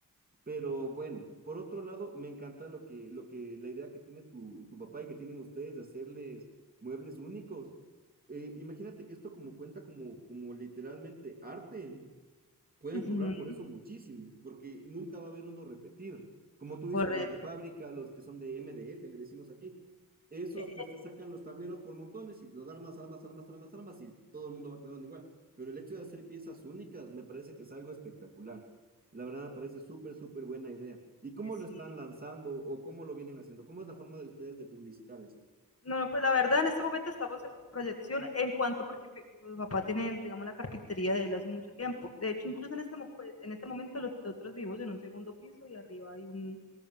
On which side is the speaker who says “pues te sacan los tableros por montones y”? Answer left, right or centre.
Right